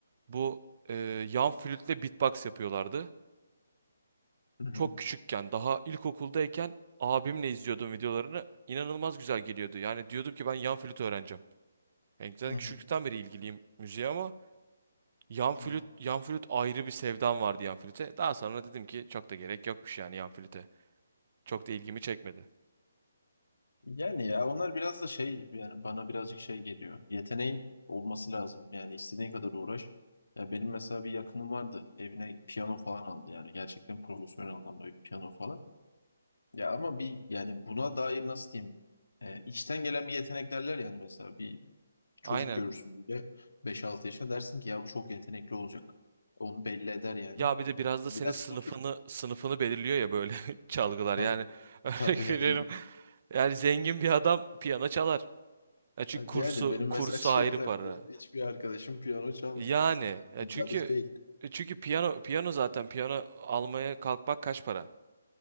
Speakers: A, on the right (about 45°); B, on the left (about 75°).
A: Bu e, yan flütle beatbox yapıyorlardı
B: hı.
A: çok küçükken daha ilkokuldayken abimle izliyordum videolarını. İnanılmaz güzel geliyordu. Yani diyordum ki ben yan flüt öğreneceğim. Yani zaten
B: Hı hı.
A: küçüklükten beri ilgiliyim müziğe ama yan flüt
B: Hı hı.
A: yan flüt ayrı bir sevdam vardı yan flüte. Daha sonra dedim ki çok da gerek yokmuş yani yan flüte. Çok da ilgimi çekmedi.
B: Yani ya onlar biraz da şey yani bana birazcık şey geliyor. Yeteneğin olması lazım. Yani istediğin kadar uğraş. Ya benim mesela bir yakınım vardı. Evine piyano falan aldı. Yani gerçekten profesyonel anlamda bir piyano falan. Ya ama bir yani buna dair nasıl diyeyim? E, içten gelen bir yetenek derler yani mesela bir çocuk
A: Aynen.
B: görürsün böyle beş altı yaşında dersin ki ya bu çok yetenekli olacak. Onu belli eder yani.
A: Ya bir de biraz
B: Biraz
A: da senin sınıfını
B: bu tür
A: sınıfını belirliyor ya böyle <laughs> çalgılar.
B: tabii.
A: Yani örnek
B: Tabii yani.
A: veriyorum. Yani zengin bir adam piyano çalar. Ya çünkü
B: Evet,
A: kursu
B: yani benim
A: kursu
B: mesela <laughs> çevremde
A: ayrı para.
B: hiçbir arkadaşım piyano çalmıyor
A: Yani
B: mesela.
A: ya
B: Tesadüf
A: çünkü
B: değil.
A: çünkü piyano piyano zaten piyano almaya kalkmak kaç para?